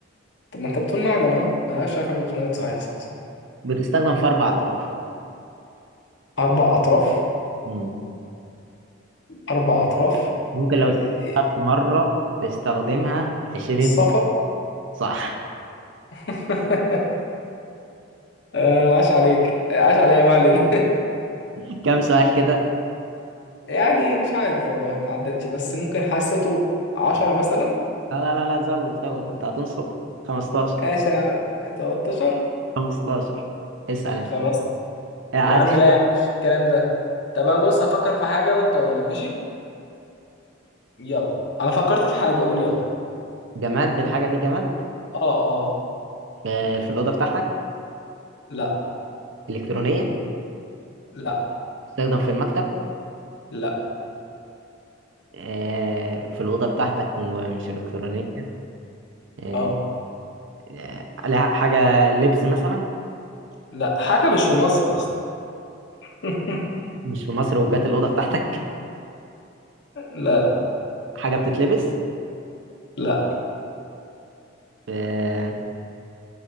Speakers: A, on the left; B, on the right.
A: طب ما انت بتقول معدن اهو ملهاش علاقة بالبلوتونات صحيح صح صح
B: بتستخدم في أربع أطراف
A: أربع أطراف
B: مم.
A: أربع أطراف
B: ممكن
A: يعني
B: لو استخدمت
A: إيه،
B: مرة تستخدمها 20
A: الصفا
B: مرة صح
A: <laughs> آه، عاش عليك آه، عاش عليا بقى ليلى.
B: <laughs> كم سؤال كده
A: <laughs> يعني مش عارف والله ما عدتش بس ممكن حسيته 10 مثلا
B: لا لا لا لا زود زود أنت هتنصب 15
A: ماشي 13
B: 15 اسأل أنت
A: خمس
B: آه، عايز
A: يا عم لا يا عم مش الكلام ده طب انا بص هفكر في حاجة وانت قول لي ماشي يلا انا فكرت في حاجة قول يلا
B: جماد الحاجة دي جماد
A: اه اه
B: آه، في الأوضة بتاعتك
A: لا
B: إلكترونية
A: لا
B: تستخدم في المكتب
A: لا
B: آه، في الأوضة بتاعتك ومش إلكترونية آه،
A: اه
B: آه، لها حاجة لبس مثلا
A: لا حاجة مش في مصر أصلا <laughs>
B: مش في مصر وجات الأوضة بتاعتك
A: لا لا
B: حاجة بتتلبس
A: لا
B: آه،